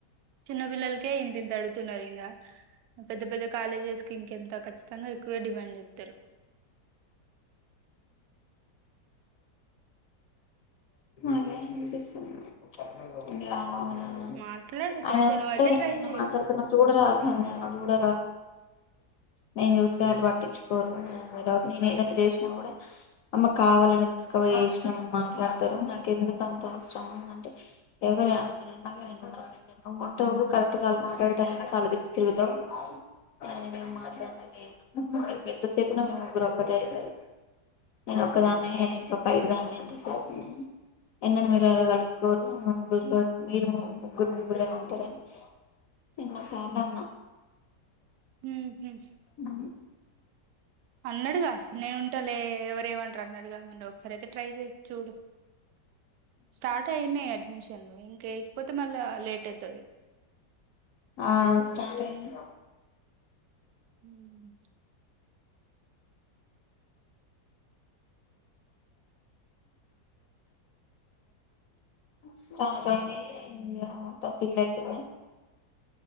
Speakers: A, on the right; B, on the left.
A: చిన్నపిల్లలకి కే ఇంతింత అడుతున్నరు ఇంగా పెద్ద పెద్ద కాలేజెస్ కి ఇంకెంత ఖచ్చితంగ ఎక్కువే డిమాండ్ చేత్తరు.
B: అదే ఆలోచిస్తున్న ఇంగ ఆయన
A: మాట్లాడు
B: ఆయనంటేనే
A: కొంచెం నువ్వయితే ట్రై
B: నేను
A: చెయి
B: మాట్లాడుతున్నా చూడరాదు సన్ని అన్న ఏమైన చూడరాదు నేను చూస్తే వాళ్ళు పట్టిచ్చుకోరు నేను ఏదైనా చేసినా గూడా అమే కావాలని తీసుకపోయి చేసినవన మాట మాట్లాడతారు నాకు ఎందుకు అంత అవసరమా అంటే ఎవరే అనేది నేనుండగా అంటే నువ్వు ఉంటవ్ కరక్ట్ గా వాళ్ళు మాట్లాడే టైమ్ కళ్ళు తిపుతావ్ ఆ నేనేం మాట్లాడను <inaudible> ఎంతసేపున మీ ముగ్గురు ఒక్కటే అయితరు నేను ఒక్కదాన్ని బయట దాన్ని ఎంత సేపు మ్మ్ ఎన్నడు <unintelligible> ముగ్గురు మీరు ముగ్గురు ముగ్గురే ఉంటరని ఎన్నోసార్ల అన్న
A: ఉహు
B: ఉ
A: అన్నడుగా నేను ఉంటలే ఎవరమంటరు అన్నడుగ మ సరే అయితే ట్రై చేయి చూడు స్టార్ట్ అయినయి అడ్మిషన్లు ఇంక ఏయకపోతే మళ్ళా లేట్ అయి తది
B: ఆ స్టార్ట్ అయినయి
A: మ్మ్
B: స్టార్ట్ అయినయి ఇగ మొత్తం ఫిల్ అయితున్నయి